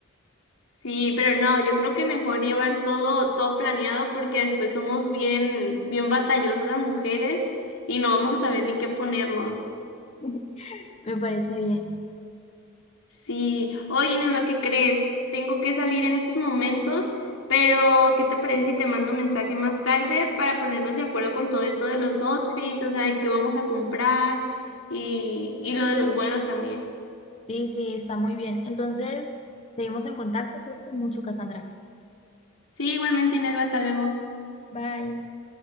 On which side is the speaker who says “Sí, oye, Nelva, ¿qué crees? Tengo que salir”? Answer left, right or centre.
Left